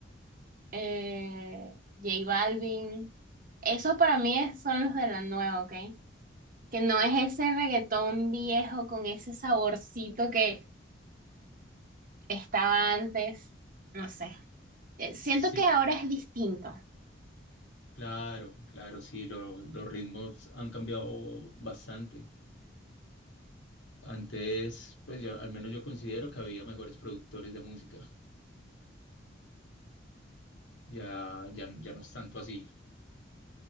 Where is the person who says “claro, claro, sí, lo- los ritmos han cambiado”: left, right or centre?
Left